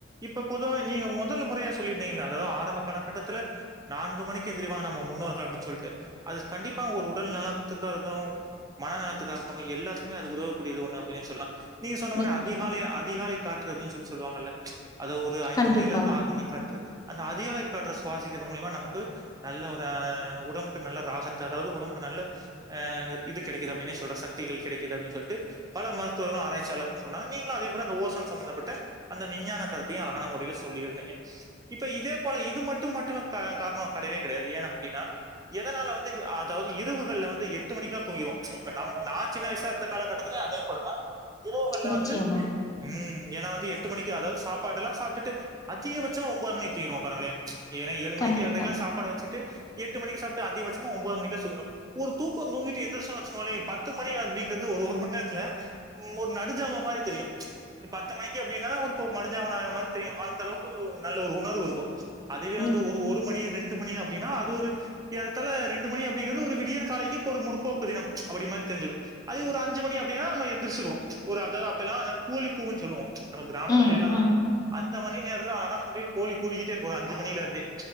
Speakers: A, on the right; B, on the left.
A: இப்ப பொதுவா நீங்க மொதல் முறையா சொல்லி இருந்தீங்களா அதாவது ஆரம்ப காலகட்டத்துல நான்கு மணிக்கு எந்திரிவாங்க நம்ம முன்னோர்கள் அப்டின்னு சொல்ட்டு அது கண்டிப்பா ஒரு உடல் நலத்துக்கறது மன நலத்துக்கா இருக்ட்டு எல்லாத்துக்குமே அது உதவக்கூடியது ஒண்ணு அப்டினே சொல்லா நீங்க சொன்ன மாரி
B: நிச்சயமா
A: அதிகாலை அதிகாலை காற்று அப்டின்னு சொல்லி சொல்லுவாங்கல்ல அது ஒரு ஐந்து
B: கண்டிப்பா
A: மணியில இருந்து ஆறு மணி காற்று அந்த அதிகாலை காற்ற சுவாசிக்கிறது மூலியமா ந மக்கு நல்ல ஒரு அ உடம்புக்கு நல்ல ராகத்த அதாவது உடம்புக்கு நல்ல ஆ இது கெடைக்குது அப்டினே சொல்ற சக்திகள் கெடைக்குது அப்டினு சொல்ட்டு பல மருத்துவர்களு ஆராய்ச்சிளர்களு சொன்னாங்க நீங்களு அதே போவ அந்த ஓசன் சம்ம்பந்தப்பட்ட அந்த விஞ்ஞான கருத்தையு அழகான முறையில் சொல்லிருந்தீங்க இப்ப இதே போல இது மட்டு மட்டுமே த கா ரணோ கடையவே கடையாது ஏனா அப்டின்னா எதனால வந்து அதாவது இரவுகள்ல வந்து எட்டு மணிக்குளா தூங்கிருவோ இப்ப நம்ம நா சின்ன வயசா இருந்த காலகட்டத்திலே அதே போலதா இரவுகள்ல
B: நிச்சயமா
A: வந்து ம் ஏனா வந்து எட்டு மணிக்கு அதாவது சாப்பாடுல்லா சாப்ட்டுட்டு அதிகபட்சோ ஒன்பது மணிக்கு தூங்கிடுவோ பாருங்களே ஏனா ஏழு மணிக்கு
B: கண்டிப்பா
A: ஏழ்றைக்குல்லா சாப்பாடு வச்சிட்டு எட்டு மணிக்கு சாப்ட்டு அதிகபட்சமா ஒம்போது மணிக்க சுய்ங்ருவோ ஒரு தூக்கோ தூங்கிட்டு எந்திரச்சன்னு வச்சுோங்களே பத்து மணி அப்டிங்கிறது ஒரு ஒரு மண் நேரத்துல உ ஒரு நடுஜாமோ மாரி தெரியு இது பத்து மணிக்கு அப்டின்னாலு ஒரு மடுஞ்சாவன ஆகுற மாரி தெரியு அந்த அளவுக்கு ஒரு நல்ல ஒரு உணர்வு இருக்கு அதுவே வந்து
B: நிச்சயமா
A: ஒரு ஒரு மணி ரெண்டு மணி அப்டின்னா அது ஒரு ஏகத்தால ரெண்டு மணி அப்டிங்கிறது ஒரு விடியர் காலைக்கு ஒரு முற்போக்கு தினம் அப்டின் மாரி தெரிஞ்சிரு அது ஒரு அஞ்சு மணி அப்டின்னா நம்ம எந்திரிச்சிருவோ ஒரு அதாவது அப்ப எல்லா கோலி கூவுன் சொல்லுவோ நம்ம கிராமங்கள்லெல்லா
B: ம் ம்
A: அந்த மணி நேரத்தில அழகான மு கோழி கூவிக்கிட்டே இருக்கு அஞ்சு மணில இருந்தே